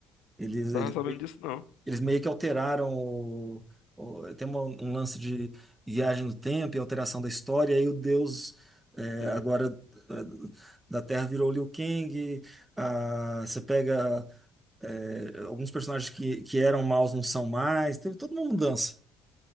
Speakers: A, on the right; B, on the left.
A: Ele,
B: Não tava
A: ele
B: sabendo disso, não.
A: Eles meio que alteraram o, o- tem uma- um lance de viagem no tempo e alteração da história, e aí o Deus é,
B: Sim.
A: agora é, da Terra virou Liu Kang. ah, você pega é, alguns personagens que, que eram maus não são mais, teve toda uma mudança.